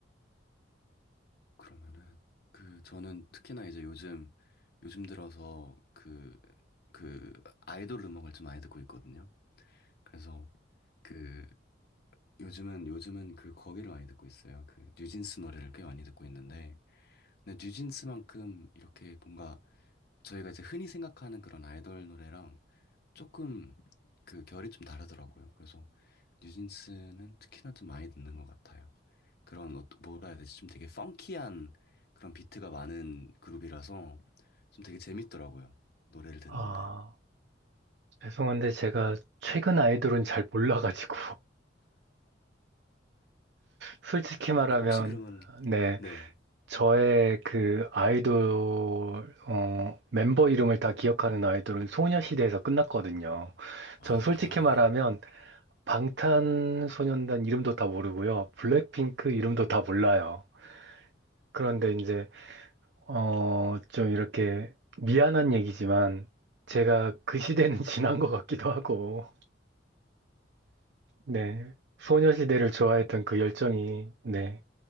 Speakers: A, on the left; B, on the right.
A: 그러면은 그 저는 특히나 이제 요즘 요즘 들어서 그 그 아이돌 음악을 좀 많이 듣고 있거든요. 그래서 그 요즘은 요즘은 그 거기를 많이 듣고 있어요. 그 뉴진스 노래를 꽤 많이 듣고 있는데 근데 뉴진스만큼 이렇게 뭔가 저희가 이제 흔히 생각하는 그런 아이돌 노래랑 조금 그 결이 좀 다르더라고요. 그래서 뉴진스는 특히나 좀 많이 듣는 것 같아요. 그런 어, 뭐라 해야 되지? 좀 되게 펑키한 그런 비트가 많은 그룹이라서 좀 되게 재밌더라고요. 노래를 듣는데.
B: 아, 죄송한데 제가 최근 아이돌은 잘 몰라가지고. 솔직히 말하면,
A: 혹- 혹시 그러면
B: 네.
A: 네.
B: 저의 그 아이돌, 어, 멤버 이름을 다 기억하는 아이돌은 소녀시대에서 끝났거든요.
A: 아,
B: 전 솔직히 말하면, 방탄소년단 이름도 다 모르고요. 블랙핑크 이름도 다 몰라요. 그런데 이제, 어, 좀 이렇게 미안한 얘기지만, 제가 그 시대는 <laughs> 지난 것 같기도 하고, 네. 소녀시대를 좋아했던 그 열정이, 네.